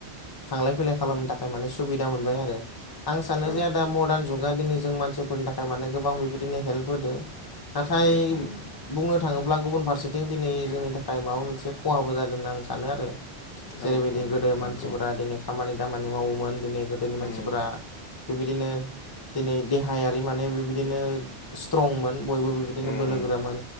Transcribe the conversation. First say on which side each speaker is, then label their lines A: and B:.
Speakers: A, on the left; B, on the left.
A: थांलाय फैलाय खालामनो थाखाय माने सुबिदा मोनबाय आरो आं सानो
B: औ
A: जे आदा मडार्न जुगा दिनै जों मानसिफोरनि थाखाय माने गोबां बेबायदिनो हेल्प होदो। फ्राय
B: उम उम
A: बुंनो थाङोब्ला गुबुन फारसेथिं दिनै जोंनि थाखाय माबा मोनसे खहाबो जादों होनना आं सानो आरो। जेरैबायदि
B: औ
A: गोदो
B: नंगौ
A: मानसिफोरा दिनै खामानि दामानि मावोमोन दिनै गोदोनि मानसिफोरा
B: उम
A: बेबायदिनो दिनै देहायारि माने बेबायदिनो स्ट्रंमोन बयबो
B: उम
A: बिदिनो बोलोगोरामोन